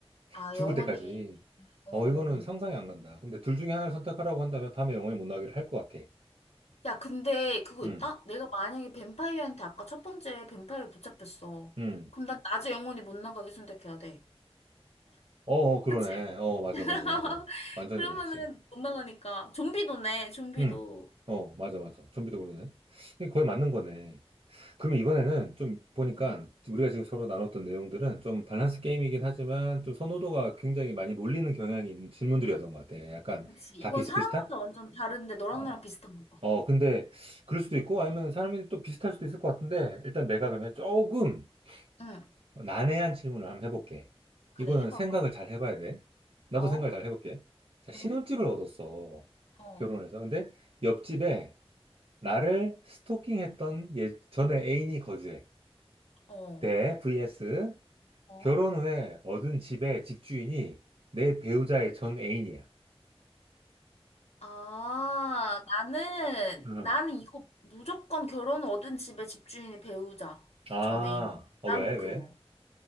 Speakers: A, on the left; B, on the right.
A: 아,
B: 죽을
A: 영원히.
B: 때까지.
A: 어.
B: 어, 이거는 상상이 안 간다. 근데 둘 중에 하나를 선택하라고 한다면 밤에 영원히 못 나기를 할 것 같아.
A: 야, 근데 그거
B: 음,
A: 있다? 내가 만약에 뱀파이어한테 아까 첫 번째 뱀파이어 붙잡혔어.
B: 음.
A: 그럼 난 낮에 영원히 못 나가게 선택해야 돼.
B: 어, 어, 그러네.
A: 그치?
B: 어, 맞아,
A: <laughs>
B: 맞아, 맞아. 완전히
A: 그러면은
B: 그렇지.
A: 못 나가니까. 좀비도네, 좀비도.
B: 음. 어, 맞아, 맞아. 좀비도 그러네. 이게 거의 맞는 거네. 그럼 이번에는 좀 보니까
A: 응.
B: 우리가 지금 서로 나눴던 내용들은 좀 밸런스 게임이긴 하지만 좀 선호도가 굉장히 많이 몰리는 경향이 있는 질문들이었던 것 같아. 약간
A: 그치. 이건
B: 다 비슷비슷한?
A: 사람마다 완전 다른데 너랑
B: 어.
A: 나랑 비슷한 거 봐.
B: 어, 근데 그럴 수도 있고 아니면 사람이 또 비슷할 수도 있을 것 같은데 일단 내가 그러면 조금
A: 응.
B: 난해한 질문을 한번 해볼게.
A: 그래,
B: 이거는
A: 해봐봐.
B: 생각을 잘 해봐야 돼. 나도
A: 어?
B: 생각을 잘 해볼게. 자, 신혼집을
A: 응?
B: 얻었어.
A: 어?
B: 결혼해서. 근데 옆집에 나를 스토킹했던 예, 전에 애인이 거주해.
A: 어?
B: 대 vs
A: 어?
B: 결혼 후에 얻은 집의 집주인이 내 배우자의 전 애인이야.
A: 아, 나는,
B: 응.
A: 나는 이거 무조건 결혼 얻은 집의 집주인이 배우자.
B: 아,
A: 전 애인.
B: 어,
A: 난
B: 왜, 왜?
A: 그거.